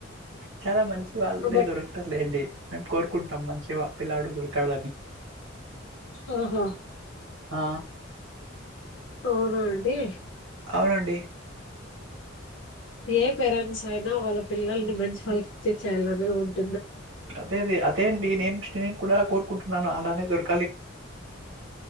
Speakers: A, on the right (about 70°); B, on the left (about 65°).
A: చాలా మంచి వాళ్ళే
B: బట్
A: దొరుకుతారులేండి మేము కోరుకుంటాం మంచి పిల్లాడు దొరకాలని
B: ఆహా
A: ఆ
B: అవునా అండి
A: అవునండి
B: ఏ పేరెంట్స్ అయినా వాళ్ళ పిల్లల్ని మంచి వాళ్ళకి ఇచ్చి చేేయాలనే ఉంటుం
A: అదే అదే అదే అండి నేను నేను కూడా కోరుకుంటున్నాను అలానే దొరుకు